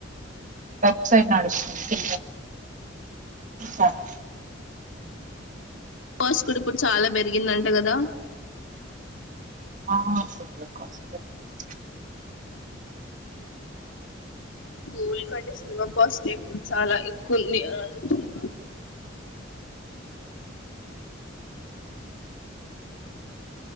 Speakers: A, on the right; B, on the left.
A: వెబ్సైడ్ నడుస్తు <unintelligible>
B: కాస్ట్ కూడా ఇప్పుడు చాలా పెరిగిందంట కదా
A: ఆ కొద్దిగా కాస్ట్ పెరిగింది
B: గోల్డ్ కంటే సిల్వర్ కాస్ట్ చాలా ఎక్కువగా ఉంది అంటున్నారు